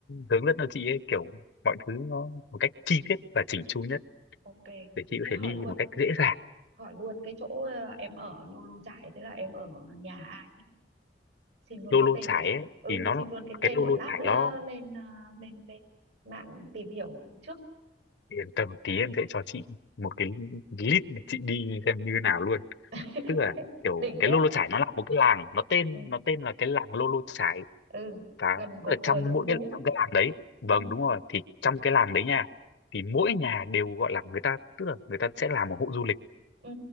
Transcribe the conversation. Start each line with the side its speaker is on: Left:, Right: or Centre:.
Left: hướng dẫn cho chị ấy kiểu mọi thứ nó một cách chi tiết và chỉnh chu nhất
Right: Ok,
Left: để chị
Right: thế
Left: có
Right: hỏi
Left: thể đi
Right: luôn,
Left: một cách dễ dàng
Right: hỏi luôn cái chỗ ờ, em ở Lô Lô Chải Thế là em ở nhà ai? Xin luôn
Left: lô
Right: cái
Left: lô
Right: tên
Left: chải
Right: để
Left: ấy
Right: ừ,
Left: thì nó
Right: xin luôn cái tên
Left: cái lô
Right: để
Left: lô
Right: lát
Left: chải
Right: nữa
Left: nó
Right: lên ờ, lên lên mạng tìm hiểu trước.
Left: yên tâm tí em sẽ cho chị một cái list để chị đi xem như nào luôn
Right: <laughs>
Left: tức là kiểu
Right: Đỉnh
Left: cái
Right: thế.
Left: lô lô chải nó là một cái làng nó tên
Right: Ừ,
Left: nó tên là cái làng lô lô chải
Right: ừ,
Left: và
Right: gần cột
Left: tức là trong
Right: cờ Lũng
Left: mỗi
Right: Cú.
Left: cái trong cái làng đấy vâng
Right: Ừ,
Left: đúng rồi thì trong cái làng đấy nha thì mỗi nhà đều gọi là người ta tức là người ta sẽ làm một hộ du lịch
Right: ừ,